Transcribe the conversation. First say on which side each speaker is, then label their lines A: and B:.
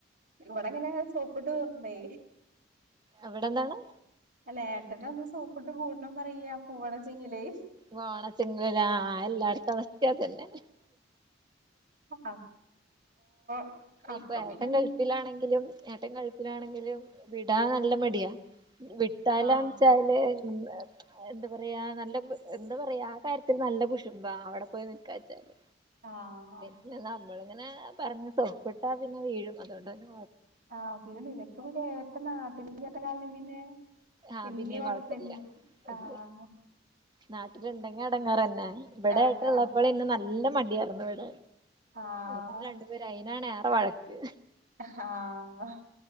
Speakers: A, on the right (about 55°); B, on the right (about 25°).
A: ഇവടെ ഇങ്ങനെ സോപ്പിട്ട് വരണേ
B: അവടെ എന്താണ്?
A: അല്ല ഏട്ടനെ ഒന്ന് സോപ്പിട്ട് കൂടണം പറയാ പൂവണംചെങ്കിലേ
B: വാണെചെങ്ങേലേ ആഹ് എല്ലാടത്തെ അവസ്ഥ അതെന്നെ
A: ആഹ് <unintelligible> അപ്പൊ
B: ഇപ്പൊ ഏട്ടൻ
A: പിന്നെ
B: ഗൾഫിലാണെങ്കിലും ഏട്ടൻ ഗൾ ഗൾഫിലാണെങ്കിലും വിടാൻ നല്ല മട്യാ വിട്ടാലാൺചാല്
A: ആഹ്
B: ഉം എന്താ പറയാ നല്ല എന്താ പറയാ ആ കാര്യത്തില് നല്ല കുശുമ്പാ അവടെ പോയി നിൽക്കാച്ചാല്
A: ആഹ്
B: പിന്നെ നമ്മളിങ്ങനെ പറഞ്ഞ് സോപ്പിട്ടാ പിന്നെ വീഴും അതോണ്ടന്നെ
A: ആഹ് പിന്നെ നിനക്ക് പിന്നെ ഏട്ടൻ നാട്ടിലില്ലാത്ത കാരണം പിന്നെ
B: ആഹ്
A: വല്യ
B: പിന്നേം
A: കൊഴപ്പല്ല
B: കൊഴപ്പില്ല
A: ആഹ്
B: ഇല്ല നാട്ടില് ഇണ്ടെങ്കി എടങ്ങേറന്നെ ഇവടെ
A: എടങ്ങേറാണ്
B: ഏട്ടൻ ഇള്ളപ്പളന്നെ നല്ല മട്യാ പറന്ന വിട
A: ആഹ്
B: അങ്ങന രണ്ടുപേര് അയിനാണ് ഏറെ വഴക്ക്
A: അഹ് ആഹ്